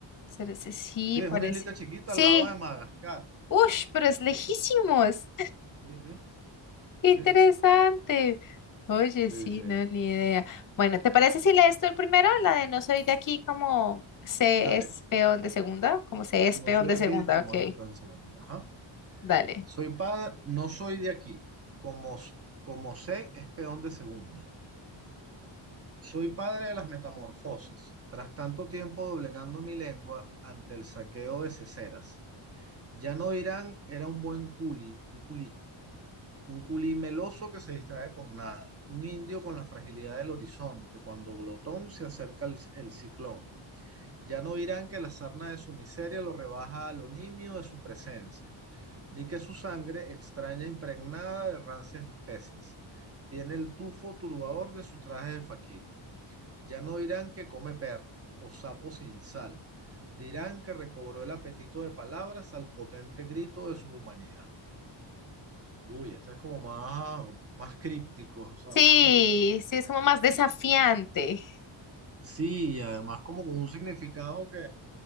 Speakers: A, on the left; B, on the right.
A: Será ese- Sí,
B: Sí, es
A: parece.
B: una islita chiquita
A: Sí.
B: al lado de Madagascar.
A: Ush, pero es lejísimos.
B: Sí, sí,
A: ¡Qué
B: sí,
A: interesante! Oye,
B: sí,
A: sí,
B: sí.
A: no, ni idea. Bueno, ¿te parece si lees tú el primero? La de no soy de aquí como se
B: Dale,
A: es peón de segunda, como se es
B: no
A: peón
B: soy
A: de
B: de
A: segunda,
B: aquí, como
A: ok,
B: es de plan segundo. Ajá.
A: dale.
B: Soy padre, no soy de aquí, como, s- como sé, es peón de segunda. Soy padre de las metamorfosis, tras tanto tiempo doblegando mi lengua ante el saqueo de ceceras. Ya no dirán, era un buen culi, un culí, un culí meloso que se distrae con nada, un indio con la fragilidad del horizonte, cuando glotón se acerca el el ciclón. Ya no dirán que la sarna de su miseria lo rebaja al nimio de su presencia, ni que su sangre, extraña e impregnada de rancias especies, tiene el tufo turbador de su traje de faquir. Ya no dirán que come perro o sapo sin sal, dirán que recobró el apetito de palabras al potente grito de su humanidad. Uy, este es como más, más críptico, o sea,
A: Sí,
B: <laughs> más-
A: sí, es como más desafiante.
B: sí, y además como con un significado que